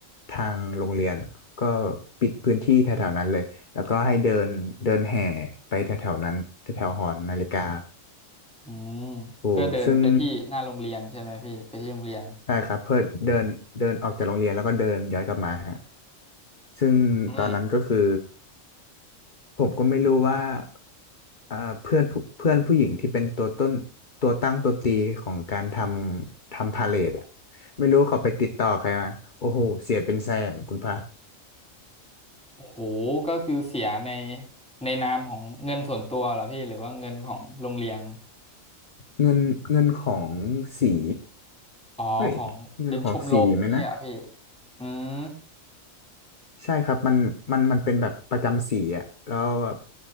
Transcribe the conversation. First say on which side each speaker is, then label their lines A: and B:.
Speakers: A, on the left; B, in the centre.
A: ทางโรงเรียนก็ปิดพื้นที่แถวๆนั้นเลย แล้วก็ให้เดินเดินแห่ไปแถวแถวนั้นแถวแถวหอนาฬิกา
B: อืมเพื่อเดินไปที่หน้าโรงเรียนใช่ไหมพี่ไปที่โรงเรียน
A: โอ้ซึ่งใช่ครับเพื่อเดินเดินออกจากโรงเรียนแล้วก็เดินย้อนกลับมาฮะซึ่งตอนนั้นก็คือ
B: อืม
A: ผมก็ไม่รู้ว่าเอ่อเพื่อนผู้เพื่อนผู้หญิงที่เป็นตัวต้นตัวตั้งตัวตีของการทำทำพาเลทอะไม่รู้เขาไปติดต่อใครมาโอ้โหเสียเป็นแสนคุณพระ
B: โอ้โหก็คือเสียในในนามของเงินส่วนตัวเหรอพี่หรือว่าเงินของโรงเรียน
A: เงินเงินของสี
B: อ๋อของเป็นชมรมนี้ยเหรอพี่
A: เฮ้ยเงินของสีไหมนะ
B: อืม
A: ใช่ครับมันมันมันเป็นแบบประจำสีอ่ะแล้วแบบ